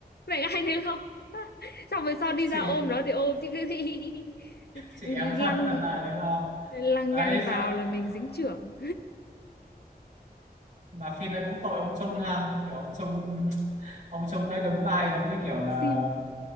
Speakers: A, on the left; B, on the right.
A: mẹ ai đấy lo <laughs> xong rồi sau đi
B: <laughs>
A: ra
B: chị
A: ôm nó thì ôm chứ cái gì <laughs>
B: chị em
A: lăng
B: thân thân này lấy lo
A: lăng
B: đấy
A: nhăng vào
B: xong
A: là mình dính chưởng
B: mà phim đấy cũng tội ông Trung ha kiểu ông Trung ông Trung đấy đóng vai giống như kiểu là
A: <laughs> sim